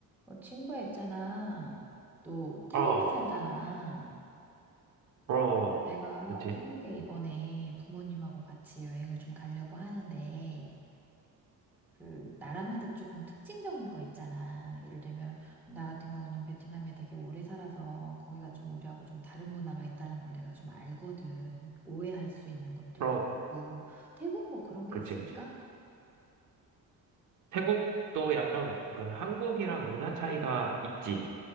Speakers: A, in the centre; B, on the right (about 55°).
A: 어, 친구야 있잖아. 너 태국
B: 어,
A: 살잖아.
B: 어,
A: 내가
B: 그치.
A: 태국에 이번에 부모님하고 같이 여행을 좀 가려고 하는데, 그, 나라마다 조금 특징적인 거 있잖아. 예를 들면, 나 같은 경우는 베트남에 되게 오래 살아서 거기가 좀 우리하고 좀 다른 문화가 있다는 걸 내가 좀 알거든. 오해할 수 있는 것들도
B: 어,
A: 있고. 태국 뭐 그런 게
B: 그치,
A: 있을까?
B: 그치. 태국도 약간, 그 한국이랑 문화 차이가 있지.